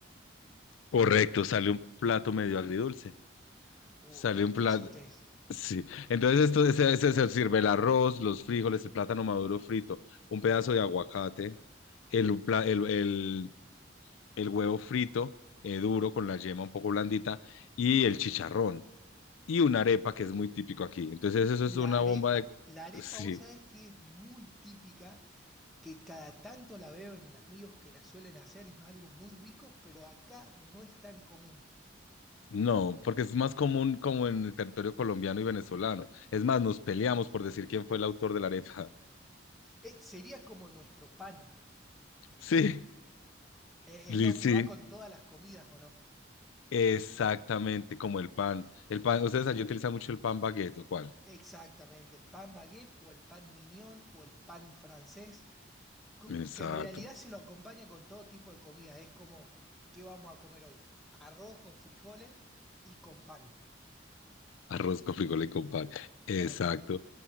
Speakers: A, on the left; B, in the centre.
A: Correcto, sale un plato medio agridulce.
B: Oh,
A: Sale
B: qué exquisitez.
A: un plato. Sí. Entonces, esto se, se- se sirve el arroz, los frijoles, el plátano maduro frito, un pedazo de aguacate, el, pla- el, el- el huevo frito, eh, duro, con la yema un poco blandita, y el chicharrón. Y una arepa que es muy típico aquí. Entonces, eso
B: La
A: es una
B: arepa.
A: bomba de.
B: La arepa,
A: Sí.
B: vos sabés que es muy típica, que cada tanto la veo en amigos que la suelen hacer, es algo muy rico, pero acá no es tan común.
A: No, porque es más común como en el territorio colombiano y venezolano. Es más, nos peleamos por decir quién fue el autor de la arepa.
B: Eh, sería como nuestro pan.
A: <laughs> Sí,
B: Eh,
A: li-
B: Es lo
A: sí.
B: que va con todas las comidas, ¿o no?
A: Exactamente, como el pan. El pan, ustedes allí utilizan mucho el pan baguette, ¿o cuál?
B: Exactamente, el pan baguette o el pan mignon o el pan francés, cu-
A: Exacto.
B: que en realidad se lo acompaña con todo tipo de comida. Es como, ¿qué vamos a comer hoy? Arroz con frijoles y con pan.
A: Arroz con frijoles con pan. Exacto.
B: Claro,